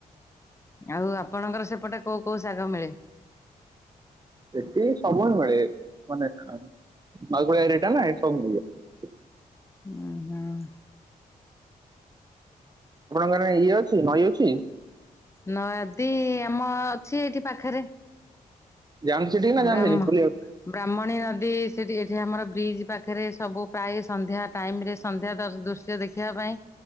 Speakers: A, on the left (about 15°); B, on the right (about 25°).
A: ଆଉ ଆପଣଙ୍କର ସେପଟେ କୋଉ କୋଉ ଶାଗ ମିଳେ?
B: ଏଠି ସବୁ ମିଳେ ମାନେ ଖ <unintelligible> ଏରିଆ ଟା ନା ଏଠି ସବୁ ମିଳେ।
A: ଉଁ ହୁଁ।
B: ଆପଣଙ୍କ ଇଏ ଅଛି ନଈ ଅଛି?
A: ନଦି ଆମ ଅଛି ଏଇଠି ପାଖରେ
B: ଯାଆନ୍ତି ସେଠିକି ନା ଯାଆନ୍ତିନି
A: ବ୍ରାହ୍ମ
B: ବୁଲିବାକୁ?
A: ବ୍ରାହ୍ମଣୀ ନଦୀ ସେଠି ଏଠି ଆମର ବ୍ରିଜ୍ ପାଖରେ ସବୁ ପ୍ରାୟ ସନ୍ଧ୍ୟା ଟାଇମ୍ରେ ସନ୍ଧ୍ୟା ଦୃଶ୍ୟ ଦେଖିବା ପାଇଁ